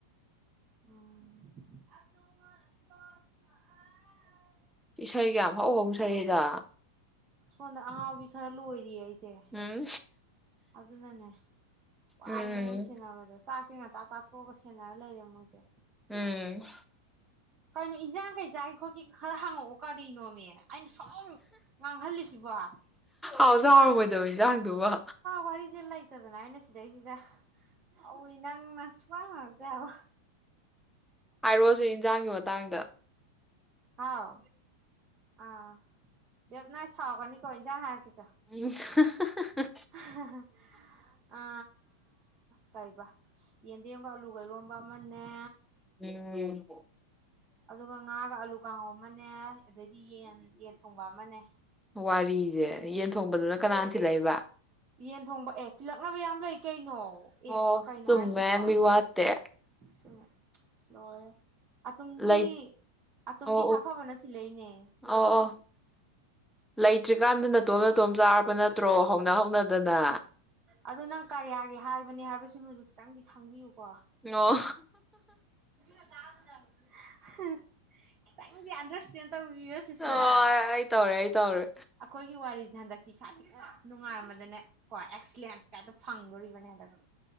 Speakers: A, on the right; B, in the centre.
A: <unintelligible>
B: ꯏꯁꯩꯒ ꯌꯥꯝ ꯍꯧꯍꯧꯁꯛꯏꯗ
A: ꯁꯣꯝꯗ ꯑꯉꯥꯎꯕꯤ ꯈꯔ ꯂꯣꯏꯔꯤꯌꯦ ꯑꯩꯁꯦ
B: ꯎꯝ
A: ꯑꯗꯨꯅꯅꯦ ꯋꯥꯔꯦ
B: ꯎꯝ
A: ꯃꯣꯏ ꯁꯦꯟꯅꯕꯗꯣ ꯆꯥꯛꯁꯤ ꯉꯟꯇꯥ ꯆꯥꯊꯣꯛꯑꯒ ꯁꯦꯟꯅꯔ ꯂꯩꯔꯦ ꯃꯣꯏꯁꯦ
B: ꯎꯝ
A: ꯀꯩꯅꯣ ꯏꯟꯖꯥꯡ ꯀꯩ ꯆꯥꯒꯤ ꯈꯣꯠꯀ ꯈꯔ ꯍꯪꯉꯛꯑꯣ ꯀꯔꯤꯅꯣ ꯑꯩꯅ ꯁꯨꯝ ꯉꯥꯡꯍꯜꯂꯤꯁꯤꯕꯣ
B: ꯑꯥꯎꯖꯥ ꯍꯥꯎꯔꯝꯃꯣꯏꯗꯕ ꯏꯟꯖꯥꯡꯗꯨꯕ
A: ꯋꯥꯔꯤꯁꯦ ꯂꯩꯇꯗꯅ ꯑꯩꯅ ꯁꯤꯗꯩꯁꯤꯗ ꯍꯧꯔꯤ ꯅꯪꯅ ꯁꯨꯍꯪꯡ ꯍꯪꯉꯛꯇꯦꯕ
B: ꯍꯥꯏꯔꯛꯑꯣꯁꯦ ꯏꯟꯖꯥꯡꯒꯤ ꯃꯇꯥꯡꯗ
A: ꯍꯥꯎ ꯑꯥ ꯕꯅꯏ ꯁꯥꯎꯒꯅꯤꯀꯣ ꯏꯟꯖꯥꯡ ꯍꯥꯏꯔꯛꯀꯦꯁꯦ
B: <unintelligible>
A: <unintelligible> ꯑ ꯀꯩꯕ ꯌꯦꯟꯗꯦꯝꯒ ꯑꯂꯨ ꯀꯩꯔꯣꯝꯕ ꯑꯃꯅꯦ
B: ꯎꯝ
A: ꯑꯗꯨꯒ ꯉꯥꯒ ꯑꯥꯂꯨ ꯀꯥꯡꯉꯧ ꯑꯃꯅꯦ ꯑꯗꯩꯗꯤ ꯌꯦꯟ ꯌꯦꯟ ꯊꯣꯡꯕ ꯑꯃꯅꯦ
B: ꯋꯥꯔꯤꯁꯦ ꯌꯦꯟ ꯊꯣꯡꯕꯗꯨꯅ ꯀꯅꯥꯅ ꯊꯤꯜꯂꯛꯏꯕ
A: ꯌꯦꯟ ꯊꯣꯡꯕ ꯑꯦ ꯊꯤꯜꯂꯛꯅꯕ ꯌꯥꯝ ꯂꯩ ꯀꯩꯅꯣ ꯑꯦ
B: ꯑꯣ
A: ꯀꯩꯅꯣ
B: ꯆꯨꯝꯃꯦ
A: ꯍꯥꯏꯁꯤꯕꯣ
B: ꯃꯤ ꯋꯥꯠꯇꯦ
A: ꯁꯨꯝ ꯂꯣꯏꯔꯦ ꯑꯇꯣꯝꯒꯤ
B: ꯂꯩ
A: ꯑꯇꯣꯝꯒꯤ
B: ꯑꯣ
A: ꯁꯥꯐꯕꯅ ꯊꯤꯜꯂꯛꯏꯅꯦ
B: ꯑꯣ ꯑꯣ ꯂꯩꯇ꯭ꯔꯤꯀꯥꯟꯗ ꯅꯠꯇ ꯑꯇꯣꯝꯅꯇꯣꯝ ꯆꯥꯔꯕ ꯅꯠꯇ꯭ꯔꯣ ꯍꯧꯅ ꯍꯧꯅꯗꯅ
A: ꯑꯗꯨꯗ ꯅꯪ ꯀꯔꯤꯌꯥꯒꯤ ꯍꯥꯏꯕꯅꯦ ꯍꯥꯏꯕꯁꯤꯃꯁꯨ ꯈꯤꯇꯪꯗꯤ ꯈꯪꯕꯤꯌꯨꯀꯣ
B: ꯑꯣ
A: ꯎꯝ ꯈꯤꯇꯪꯗꯤ ꯑꯟꯗꯔꯁꯇꯦꯟ ꯇꯧ ꯌꯣ ꯁꯤꯁꯇ
B: ꯑꯣ ꯑꯩ ꯇꯧꯔꯦ ꯑꯩ ꯇꯧꯔꯦ
A: ꯑꯩꯈꯣꯏꯒꯤ ꯋꯥꯔꯤꯁꯦ ꯍꯟꯗꯛꯇꯤ ꯁꯥ ꯊꯤ ꯅꯨꯡꯉꯥꯏꯔ ꯑꯃꯗꯅꯦ ꯀꯣ ꯑꯦꯛꯁꯂꯦꯟꯁ ꯀꯥꯏꯇ ꯐꯪꯗꯣꯔꯤꯕꯅꯦ ꯍꯟꯗꯛꯇ